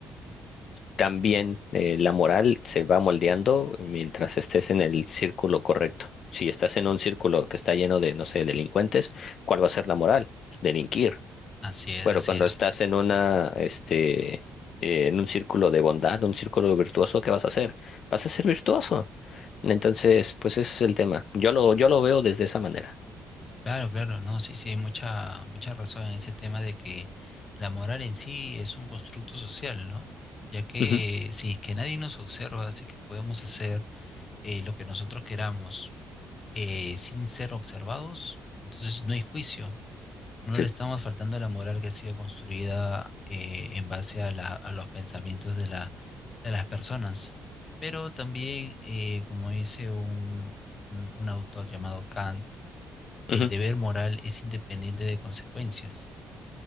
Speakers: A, on the left (about 60°); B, on the left (about 35°).
A: también eh, la moral se va moldeando mientras estés en el círculo correcto. Si estás en un círculo que está lleno de, no sé, delincuentes, ¿cuál va a ser la moral? Delinquir.
B: Así es,
A: Bueno,
B: así
A: cuando
B: es.
A: estás en una, este, eh, en un círculo de bondad, un círculo virtuoso, ¿qué vas a hacer? Vas a ser virtuoso. Entonces, pues ese es el tema. Yo lo, yo lo veo desde esa manera.
B: Claro, claro, no, sí, sí, hay mucha, mucha razón en ese tema de que la moral en sí es un constructo social, ¿no? Ya que
A: Ujú.
B: si es que nadie nos observa, si es que podemos hacer eh, lo que nosotros queramos eh, sin ser observados, entonces no hay juicio. No
A: Sí.
B: le estamos faltando a la moral que ha sido construida eh, en base a, la- a los pensamientos de la, de las personas. Pero también, eh, como dice un, un un autor llamado Kant, el
A: Ujú.
B: deber moral es independiente de consecuencias.